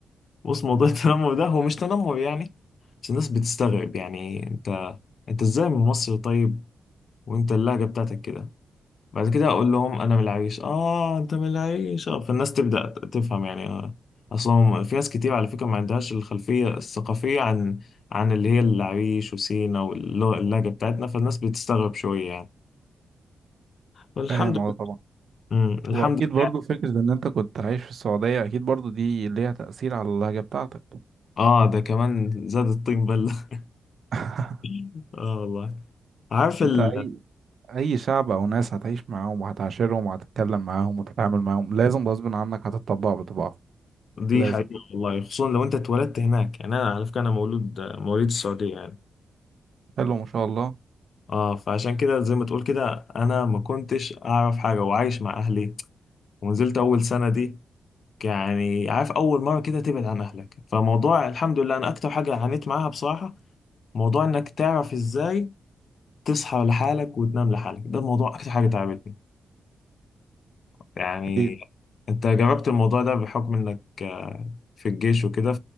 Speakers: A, on the left (about 55°); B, on the right (about 55°).
A: بص موضوع <laughs> التنمر ده هو مش تنمر يعني بس الناس بتستغرب يعني انت انت ازاي من مصر طيب وانت اللهجه بتاعتك كده بعد كده اقول لهم انا من العريش اه انت من العريش اه فالناس تبدا تفهم يعني آه. اصلا في ناس كتير على فكره ما عندهاش الخلفيه الثقافيه عن عن اللي هي العريش وسينا واللهجه بتاعتنا فالناس بتستغرب شويه يعني والحمد
B: فاهم
A: لله
B: اه طبعا
A: امم الحمد
B: واكيد
A: لله
B: برضو فكره ان انت كنت عايش في السعوديه اكيد برضو دي ليها تاثير على اللهجه بتاعتك
A: اه ده كمان زاد الطين بله
B: <laughs>
A: <laughs> اه والله عارف
B: انت
A: ال...
B: اي اي شعب او ناس هتعيش معاهم وهتعاشرهم وهتتكلم معاهم وتتعامل معاهم لازم غصب عنك هتطبع بطباعهم
A: دي
B: لازم
A: حقيقه والله خصوصا لو انت اتولدت هناك يعني انا على فكره انا مولود مواليد السعوديه يعني
B: حلو ما شاء الله
A: اه فعشان كده زي ما تقول كده انا ما كنتش اعرف حاجه وعايش مع اهلي ونزلت اول سنه دي يعني عارف اول مره كده تبعد عن اهلك فموضوع الحمد لله انا اكتر حاجه عانيت معاها بصراحه موضوع انك تعرف ازاي تصحى لحالك وتنام لحالك ده الموضوع اكتر حاجه تعبتني يعني
B: اكيد
A: انت جربت الموضوع ده بحكم انك آه، في الجيش وكده